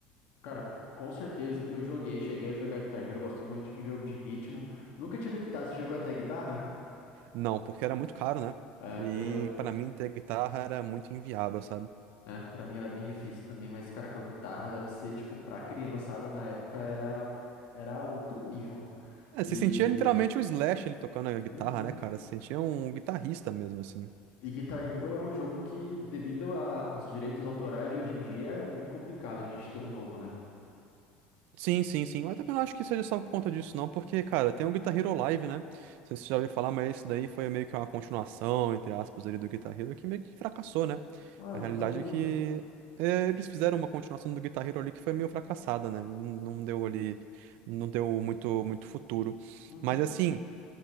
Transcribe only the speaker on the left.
Cara, com certeza eu joguei, cheguei a jogar Guitar Hero, eu gosto muito de jogo de ritmo. Nunca tive guitarra, você chegou até guitarra?
É,
eu,
é, pra mim era bem difícil também, mas, cara, com a guitarra deve ser, tipo, pra criançada na época era, era outro nível.
E.
Uhum.
E Guitar Hero é um jogo que, devido a- aos direitos autorais de hoje em dia, é muito complicado a gente ter um novo, né?
Ah, eu
não sabia.
Uhum,